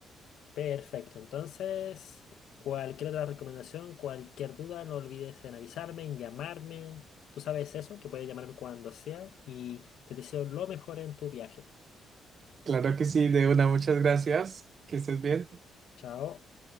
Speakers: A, on the left; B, on the right.
A: Perfecto, entonces cualquier otra recomendación, cualquier duda, no olvides en avisarme, en llamarme. Tú sabes eso, que puedes llamarme cuando sea y te deseo lo mejor en tu viaje.
B: Claro que sí, de una, muchas gracias, que estés bien.
A: Chao.